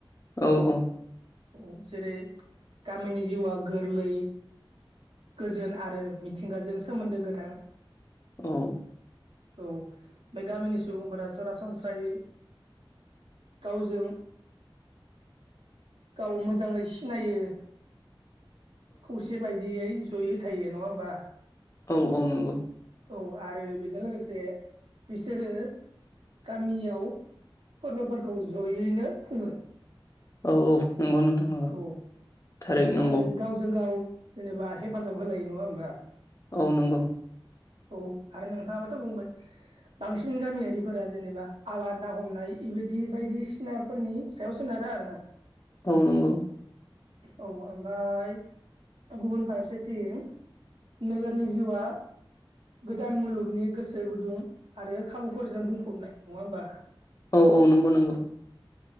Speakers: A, on the left; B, on the right.
A: औ औ
B: औ जेरै गामिनि जिउआ गोरलै गोजोन आरो मिथिंगाजों सोमोन्दो गोनां।
A: औ
B: औ बे गामिनि सुबुंफोरा सरासनस्रायै गावजों गाव मोजाङै सिनायो। खौसे बायदियै जयै थायो नङा होमबा?
A: औ औ नंगौ।
B: औ आरो बेजों लोगोसे बिसोरो गामियाव फोरबोफोरखौ जयैनो खुङो।
A: औ औ नंगौ नोंथां नंगौ
B: औ
A: थारैनो नंगौ
B: आरो गावजों गाव जेनेबा हेफाजाब होलायो नङा होमबा?
A: औ नंगौ।
B: औ आरो नोंथाङाबोथ' बुंबाय बांसिन गामियारिफोरा जेनेबा आबाद ना हमनाय बेबायदि बायदिसिनाफोरनि सायाव सोनारो आरो ना।
A: औ नोंगौ
B: औ ओमफ्राय गुबुन फारसेथिं नोगोरनि जिउआ गोदान मुलुगनि गोसो गुदुं आरो खाबुफोरजों बुंफबनाय नङा होमबा
A: औ औ नंगौ नंगौ